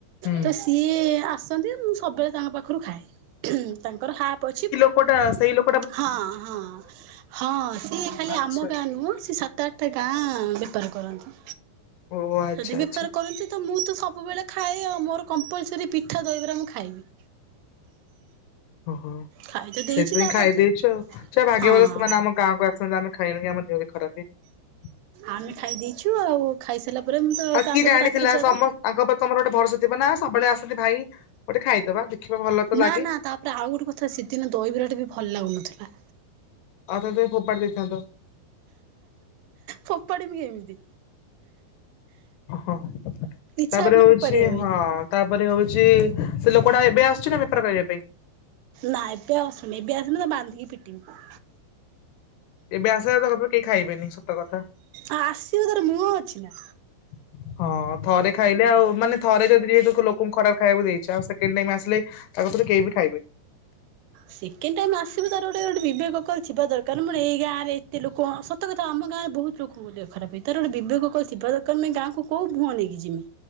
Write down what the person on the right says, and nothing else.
ତ ସେ ସିଏ ଆସନ୍ତି ମୁଁ ସବୁବେଳେ ତାଙ୍କ ପାଖରୁ ଖାଏ ତାଙ୍କର ହାପ୍ ଅଛି।
ହଁ ହଁ ହଁ ସିଏ ଖାଲି
ଆମ ଗାଁ ନୁହଁ ସିଏ ସାତ୍ ସାତ ଆଟା ଗାଁ ବେପାର କରନ୍ତି
ଯଦି ବେପାର
କରନ୍ତି। ତ ମୁଁ ତ ସବୁବେଳେ ଖାଏ ଆଉ ମୋର କମ୍ପଲ୍ସରୀ ପିଠା ଦହିବରା ମୁଁ ଖାଇବି।
ଖାଇ ତ ଦେଇଛି
ତାପରେ
ହଁ
ଆମେ ଖାଇ ଦେଇଚୁ ଆଉ ଖାଇ ସାରିଲା ପରେ ମୁଁ ତ
ତାପରେ
ତ ରାତିରେ ଜର।
ନା
ନା ତାପରେ ଆଉ ଗୋଟେ କଥା ସେଦିନ ଦହିବରା ଟା ବି ଭଲ ଲାଗୁନଥିଲା।
ଫୋପାଡ଼ିବି କେମିତି?
ଇଚ୍ଛା
ହବନି
ଫୋପାଡିବା ପାଇଁ।
ନାଁ ଏବେ ଆଉ ଆସୁନି ଏବେ ଆସିଲେ ତାକୁ ବାନ୍ଧିକି ପିଟିିବି।
ଆଉ ଆସିବ ତାର ମୁହଁ ଅଛି ନା।
ସେକେଣ୍ଡ ଟାଇମ୍ ଆସିବ ତାର ଗୋଟେ ଗୋଟେ ବିବେକ ଅକଲ ଥିବା ଦରକାର୍ ମୋର ଏଇ ଗାଁରେ ଏତେ ଲୋକ ସତ୍ ସତ କଥା ଆମ ଗାଁରେ ବହୁ୍ତ ଲୋକ୍ ଦେହ ଖରାପ ହେଇଚି ତାର ଗୋଟେ ବିବେକ ଅକଲ ଥିବା ଦରକାର ନା ଏ ଗାଁକୁ କୋଉ ମୁହଁ ନେଇକି ଯିବି